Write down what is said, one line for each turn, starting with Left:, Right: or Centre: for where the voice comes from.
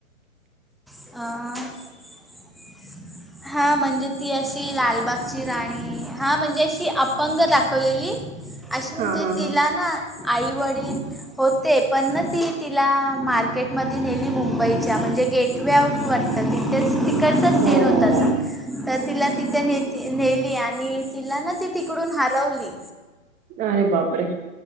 Centre: <inaudible>
Right: <inaudible>
Centre: हां म्हणजे ती अशी लालबागची राणी हां म्हणजे अशी अपंग दाखवलेली अशी म्हणजे
Right: हा हा
Centre: तिला
Right: हा
Centre: ना आईवडील होते पण ती तिला मार्केटमध्ये नेली मुंबईच्या म्हणजे गेट वे ऑफ <unintelligible> तिकडचाच
Right: हो
Centre: सीन होता
Right: हो
Centre: असा.
Right: हो
Centre: तर तिला तिथे नेती नेली आणि तिला ना ती तिकडून हरवली.
Right: अरे बापरे.